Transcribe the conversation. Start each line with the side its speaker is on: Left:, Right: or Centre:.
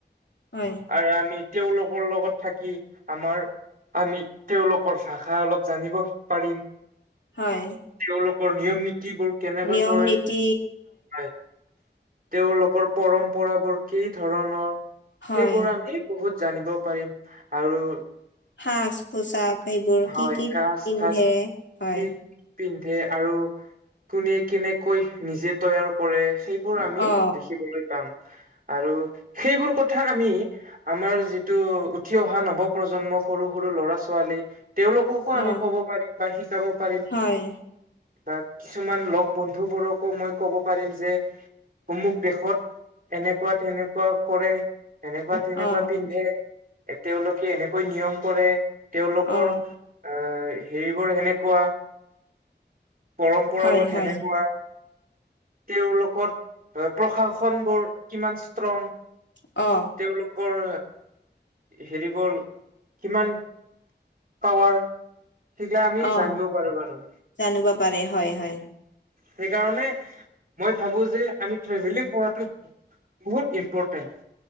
Left: হয়।
Right: আৰু আমি তেওঁলোকৰ লগত থাকি আমাৰ আমি তেওঁলোকৰ ভাষা অলপ জানিব পাৰিম।
Left: হয়।
Right: তেওঁলোকৰ নিয়ম নীতিবোৰ কেনেকৈ
Left: নিয়ম
Right: কৰে,
Left: নীতি
Right: হয়। তেওঁলোকৰ পৰম্পৰাবোৰ কি ধৰণৰ
Left: হয়
Right: সেইবোৰ আমি বহুত জানিব পাৰিম আৰু
Left: সাচ পোচাক সেইবোৰ
Right: হয়
Left: কি কি
Right: কাচ
Left: পিন্ধে
Right: ফাচ
Left: হয়।
Right: কি পিন্ধে আৰু কোনে কেনেকৈ নিজে তৈয়াৰ পৰে সেইবোৰ
Left: অ
Right: আমি দেখিবলৈ পাম আৰু সেইবোৰ কথা আমি আমাৰ যিটো উঠি অহা নৱ প্ৰজন্ম সৰু সৰু ল'ৰা ছোৱালী তেওঁলোককো
Left: অ
Right: আমি ক'ব পাৰিম বা শিকাব পাৰিম।
Left: হয়
Right: বা কিছুমান লগ বন্ধু বোৰকো মই ক'ব পাৰিম যে অমুক দেশত এনেকোৱা তেনেকোৱা কৰে। এনেকোৱা তেনেকোৱা
Left: অ
Right: পিন্ধে তেওঁলোকে এনেকৈ নিয়ম কৰে। তেওঁলোকৰ
Left: অ
Right: আ সেইবোৰ সেনেকোৱা পৰম্পৰাবোৰ
Left: হয় হয়
Right: সেনেকোৱা তেওঁলোকৰ প্ৰশাসন বোৰ কিমান ষ্ট্ৰং।
Left: অ।
Right: তেওঁলোকৰ হেৰি বোৰ কিমান পাৱাৰ সেইগিলা আমি
Left: অ
Right: জানিব পাৰো বাৰু।
Left: জানিব পাৰে হয় হয়।
Right: সেইকাৰণে মই ভাবো যে আমি ট্ৰেভেলিং কৰাটো বহুত ইম্পৰ্টেণ্ট।